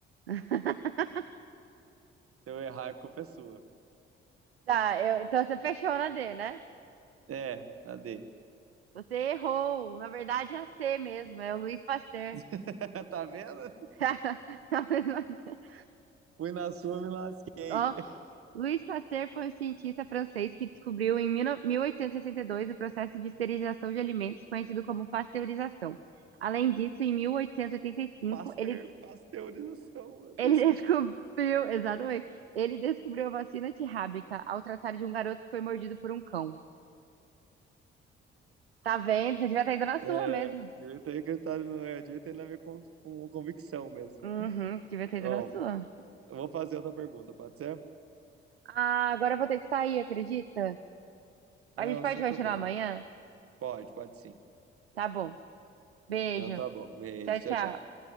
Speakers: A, on the right; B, on the right.
A: <laughs>
B: Se eu errar, a culpa é sua.
A: Tá, eu- então você fechou na D, né?
B: É, na D.
A: Você errou. Na verdade é a C mesmo, é o Luiz Pasteur.
B: <laughs> Tá vendo?
A: <laughs>
B: Fui na sua, me lasquei.
A: Ó, Louis Pasteur foi um cientista francês que descobriu em 19- 1862 o processo de esterilização de alimentos, conhecido como pasteurização. Além disso, em 1885,
B: Pasteur,
A: ele,
B: pasteurização, não
A: ele
B: tem sentido.
A: <laughs> descobriu, exatamente, ele descobriu a vacina antirrábica ao tratar de um garoto que foi mordido por um cão. Tá vendo? Você devia ter ido na sua
B: É,
A: mesmo.
B: direito é acreditado, não é direito é na minha con- con- convicção mesmo.
A: Uhum, devia ter
B: Ó,
A: ido na sua.
B: eu vou fazer outra pergunta, pode ser?
A: Ah, agora eu vou ter que sair, acredita?
B: Não,
A: A gente pode
B: sem
A: continuar
B: problema.
A: amanhã?
B: Pode, pode sim.
A: Tá bom. Beijo.
B: Não, tá bom. Beijo,
A: Tchau,
B: tchau,
A: tchau.
B: tchau.